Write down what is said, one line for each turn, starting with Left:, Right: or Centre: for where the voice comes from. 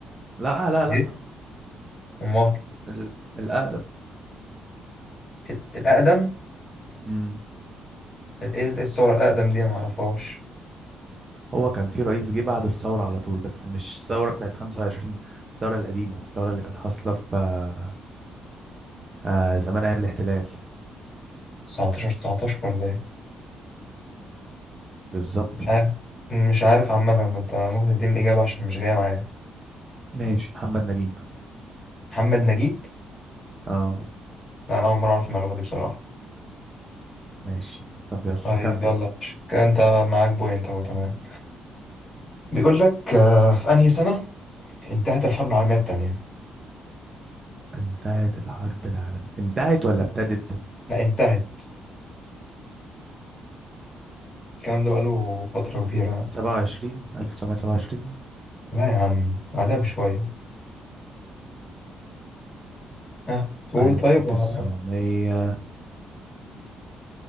Right: لا لا لا
Left: إيه أمال
Right: ال- الاقدم
Left: ال- الأقدم
Right: امم
Left: ال- إيه إيه الثورة الأقدم دي أنا معرفهاش
Right: هو كان في رئيس جه بعد الثورة على طول بس مش الثورة بتاعت 25 الثورة القديمة الثورة اللي كانت حاصلة في آه، آه، زمان أيام الاحتلال
Left: 19 19 ولا إيه
Right: بالظبط
Left: مش عارف مش عارف عامة فأنت ممكن تديني الإجابة عشان مش جاية معايا
Right: ماشي محمد نجيب
Left: محمد نجيب
Right: اه
Left: لا أنا أول مرة أعرف المعلومة دي بصراحة
Right: ماشي طب يلا
Left: طيب
Right: كمل
Left: يلا يا باشا. كده أنت معاك بوينت أهو تمام بيقول لك آه، في أنهي سنة انتهت الحرب العالمية التانية
Right: انتهت الحرب العالمية انتهت ولا ابتدت
Left: لا انتهت الكلام ده بقاله فترة كبيرة
Right: 27 1927
Left: لا يا عم بعدها بشوية ها تقول
Right: 1952
Left: طيب و...